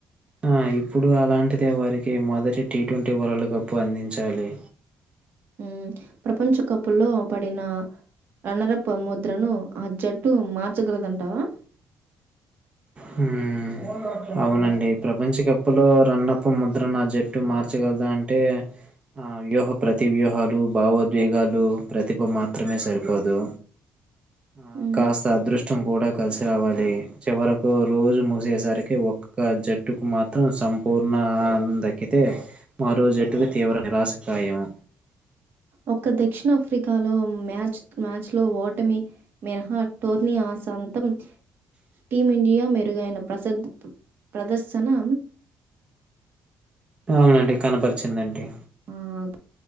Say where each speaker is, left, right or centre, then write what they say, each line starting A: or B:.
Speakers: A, on the right (about 25°); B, on the right (about 60°).
A: ఆ ఇప్పుడు అలాంటిద వారికి మొదటి టీ ట్వంటీ వరల్డ్ కప్ అందించాలి
B: హ్మ్మ్ ప్రపంచ కప్పుల్లో పడినా అనర ముద్రను ఆ జట్టు మాత్ర చ్చుగ్రదంటావా
A: హ్మ్మ్ అవునండి ప్రపంచకప్పులో రన్నప్ప ముద్ర నా జట్టు మార్చగలదా అంటే ఆ వ్యూహ ప్రతి వ్యూహాలు భావోద్వేగాలు ప్రతిభ మాత్రమే సరిపోదు ఆ
B: ఉమ్.
A: కాస్త అదృష్టం కూడా కల్సిరావాలే. చివరకు రోజు మూసేసరికి ఒక్కొక్క జట్టుకు మాత్రం సంపూర్ణ అంద దక్కితే. మరో జట్టుకి తీవ్ర నిరాశ. సాయమో.
B: ఒక్క దక్షిణాఫ్రికాలో మ్యాచ్ మ్యాచ్ లో ఓటమి. మినహా టోర్ని ఆసాంతం. టీమిండియా మెరుగైన ప్రసద్ ప్రదర్శనం.
A: అవునండి కనబరిచిందండి.
B: ఆహ్,